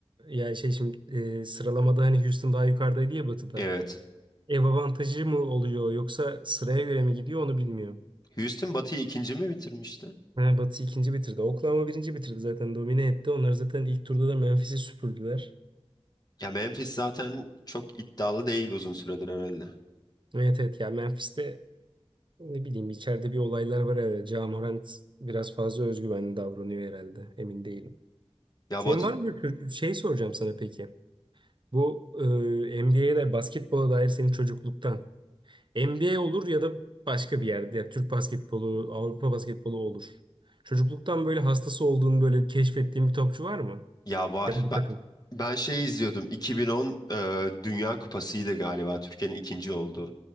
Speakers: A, on the right; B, on the left.
A: yani şey şimdi e, sıralamada hani Houston daha yukarıdaydı ya batıda.
B: Evet.
A: Ev avantajı mı oluyor yoksa sıraya göre mi gidiyor onu bilmiyorum.
B: Houston Batı'yı ikinci mi bitirmişti?
A: Ha, Batı ikinci bitirdi. Oklahoma birinci bitirdi zaten. Domine etti. Onlar zaten ilk turda da Memphis'i süpürdüler.
B: Ya Memphis zaten çok iddialı değil uzun süredir herhalde.
A: Evet evet. Ya Memphis'te ne bileyim içeride bir olaylar var herhalde. Ja Morant biraz fazla özgüvenli davranıyor herhalde. Emin değilim.
B: Ya
A: Senin
B: Batı
A: var mı bir kö- şey soracağım sana peki. Bu e, NBA'de basketbola dair senin çocukluktan. NBA olur ya da başka bir yerde. Ya Türk basketbolu, Avrupa basketbolu olur. Çocukluktan böyle hastası olduğunu böyle keşfettiğin bir topçu var mı?
B: ya var.
A: Ya da bir
B: Ben,
A: takım.
B: ben şey izliyordum. 2010 e, Dünya Kupası'ydı galiba. Türkiye'nin ikinci olduğu.